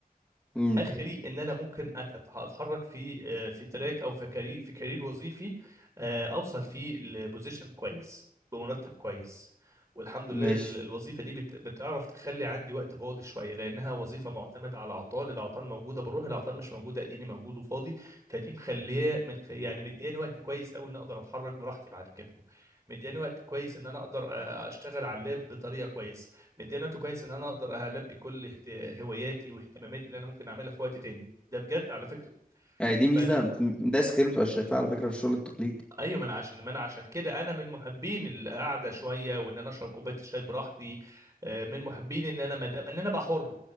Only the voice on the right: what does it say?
اخري ان انا ممكن أت- اتحرك في آه، في تراك او في كارير في كارير وظيفي آه، اوصل فيه لبوزيشن كويس بمرتب كويس والحمد لله
ال- الوظيفه دي بت- بتعرف تخلي عندي وقت فاضي شويه لانها وظيفه معتمده على اعطال الاعطال موجوده بروح الاعطال مش موجوده اديني موجود وفاضي فدي مخليه من خ- يعني مدياني وقت كويس قوي ان اقدر اتحرك براحتي بعد كده مدياني وقت كويس ان انا اقدر آه، اشتغل على اللاب بطريقه كويسه مديني وقت كويس ان انا اقدر البي كل اهت- هواياتي واهتماماتي اللي انا ممكن اعملها في وقت تاني ده بجد على فكره
فانا
ايوه ما انا عشان ما انا عشان كده انا من محبين القعده شويه وان انا اشرب كوبايه الشاي براحتي آه، من محبين ان انا مدام ان انا ابقى حر